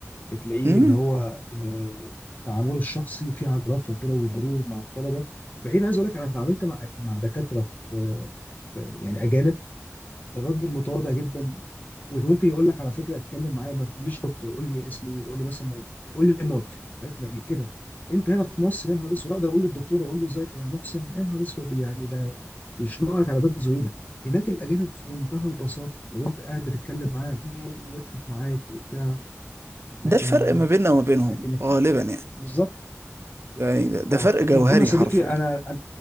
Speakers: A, on the left; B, on the right.
A: بتلاقيه
B: امم
A: اللي هو آه، تعامله الشخصي فيه عجرفه كده وغرور مع الطلبه فحين عايز اقول لك انا اتعاملت مع مع دكاتره في في- يعني اجانب الراجل متواضع جدا واللي ممكن يقول لك على فكره اتكلم معايا ما تقوليش دكتور قول لي اسمي ايه قول لي مثلا ما- قول لي مارك عارف ما إيه كده انت هنا في مصر يا نهار اسود اقدر اقول للدكتور اقول له ازيك يا محسن يا نهار اسود يعني ده يشنقك على باب زويله هناك الاجانب في منتهى البساطه لو انت قاعد بتتكلم معاه عادي ويضحك معاك وبتاع لكن
B: ده الفرق ما بيننا وما بينهم
A: لكن
B: غالبا يعني
A: بالظبط
B: يعني ده ده
A: اه
B: فرق جوهري
A: المهم يا صديقي
B: حرفيا
A: انا